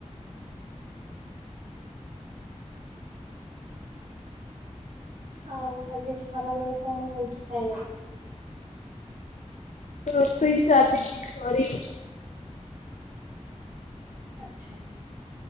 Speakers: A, on the right (about 85°); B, on the left (about 80°).
A: ଆଉ ଆଜି ଖରାବେେଳେ କଣ ହଉଛି ଖାଇବାକୁ
B: େ ଚାିଲ ସରି <inaudible>
A: ଆଛା